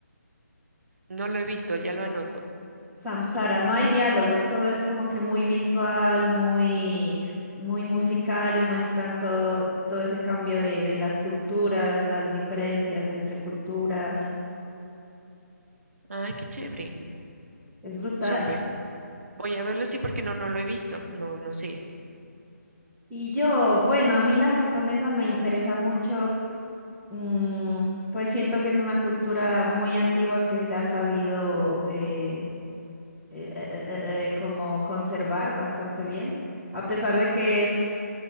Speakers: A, on the right; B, in the centre.
A: No lo he visto, ya lo anoto.
B: Samsara, no hay diálogos, todo es como que muy visual, muy, muy musical y muestran todo, todo ese cambio de, de las culturas, las diferencias entre culturas.
A: Ay, qué chévere,
B: Es brutal.
A: súper. Voy a verlo, sí, porque no, no lo he visto. No, no sé.
B: Y yo, bueno, a mí la japonesa me interesa mucho Mm, pues siento que es una cultura muy antigua que se ha sabido eh, eh, eh, eh, eh, eh, como conservar bastante bien, a pesar de que es